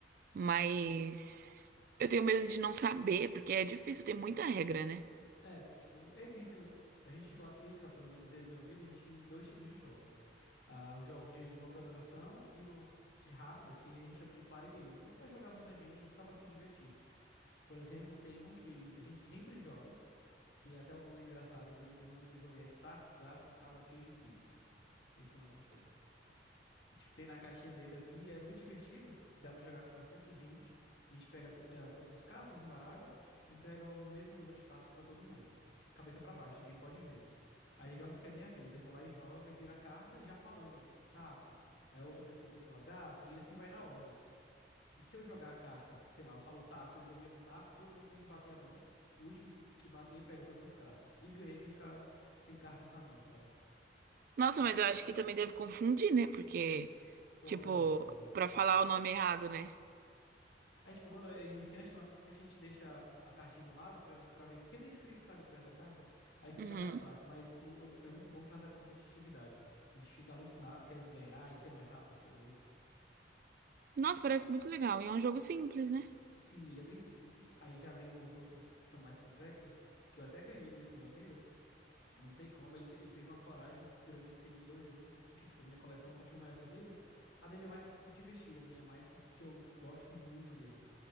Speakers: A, on the right; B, on the left.
A: Mas eu tenho medo de não saber, porque é difícil, tem muita regra, né?
B: É, tipo, existem. A gente classifica, pelo menos eu e meu amigo, a gente em dois tipos de jogos. Ah, os jogos de longa duração e os de rápida, que a gente chama de party games. né? pra jogar muita gente, só pra se divertir. Por exemplo, tem um que a gente sempre joga, que até o nome é engraçado dele, o nome do jogo é Taco, Gato, Cabra, Queijo, Pizza. Esse é o nome do jogo. É, tipo, tem na caixinha dele assim, e é muito divertido, que dá pra jogar com bastante gente. A gente pega to- eh, todas as cartas, embaralha e entrega o mesmo número de cartas pra todo mundo. Cabeça pra baixo, ninguém pode ver. Aí digamos que é minha vez, eu vou lá e jogo e viro a carta já falando, tipo, taco. Aí a outra pessoa tem que falar gato e assim vai na ordem. E se eu jogar a carta, sei lá, eu falo taco e eu joguei um taco, todo mundo tem que bater a mão. O último que, que bater pega todas as cartas. E ganha quem ficar sem cartas na mão, sabe?
A: Nossa, mas eu acho que também deve confundir, né? Porque,
B: Toda
A: tipo,
B: hora, toda hora.
A: pra falar o nome errado, né?
B: Aí, tipo, quando é iniciante, normalmente a gente deixa a cartinha do lado pra, pra ver. Porque tem escrito, sabe, atrás da carta. Aí fica
A: Uhum.
B: mais fácil. Mas o- o- é muito bom por causa da competitividade. A gente fica alucinado querendo ganhar e ser mais rápido que o outro.
A: Nossa, parece muito legal. E é um jogo simples, né?
B: Sim, ele é bem simples. Aí já vem os outros que são mais complexos, que eu até ganhei desse meu amigo. Eu não sei como, ele, te- ele teve uma coragem grande, porque ele me deu um jogo. Porque, tipo, a minha coleção é um pouquinho maior que a dele. A dele é mais pra se divertir, a minha é mais porque eu gosto muito mesmo.